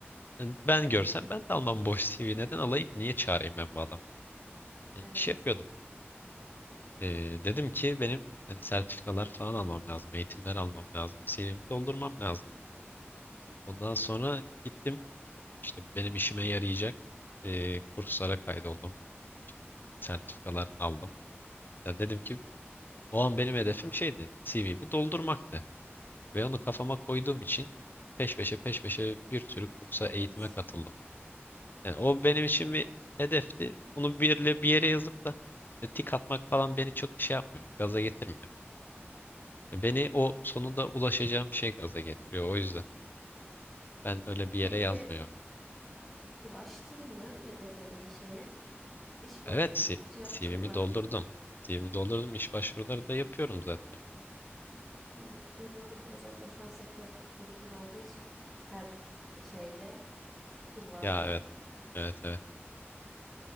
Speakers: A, on the left (about 50°); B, in the centre.
A: e, ben görsem ben de almam boş CV neden alayım ki? Niye çağırayım ben bu adamı? E,
B: Evet.
A: şey yapıyordum. E, dedim ki benim hani sertifikalar falan almam lazım, eğitimler almam lazım, CV'mi doldurmam lazım. Ondan sonra gittim işte benim işime yarayacak e, kurslara kaydoldum, sertifikalar aldım. Ya dedim ki O an benim hedefim şeydi, CV'mi doldurmaktı. Ve onu kafama koyduğum için peş peşe peş peşe bir sürü kursa,
B: Evet.
A: eğitime katıldım. Yani o benim için bir hedefti. Onu bir yere, bir yere yazıp da e, tik atmak falan beni çok şey yapmıyor, gaza getirmiyor. E, Beni o sonunda ulaşacağım şey gaza getiriyor. O yüzden ben öyle bir yere
B: Peki
A: yazmıyorum.
B: Ulaştın mı hedeflediğin şeye? İş başvurusu
A: Evet, C-
B: yaptın
A: CV'mi
B: mı?
A: doldurdum. CV'mi doldurdum. İş başvuruları da yapıyorum zaten.
B: Hmm, anladım ya zaten şu an sektör çok durgun olduğu için her şeyde, kulvarda.
A: Ya evet. Evet evet.